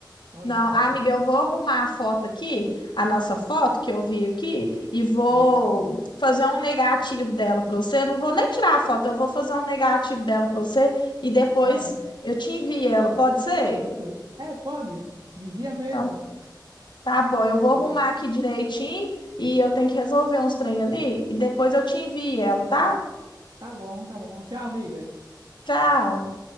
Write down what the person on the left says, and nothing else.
Não,
amiga, eu vou arrumar a foto aqui, a nossa foto que eu vi aqui, e vou
fazer um negativo dela para você. Não vou nem tirar a foto, eu vou fazer um negativo dela para você e depois
eu te envio ela, pode ser?
Então Tá bom, eu vou arrumar
aqui direitinho e eu tenho que resolver uns trem ali e depois eu te envio ela, tá?
Tchau.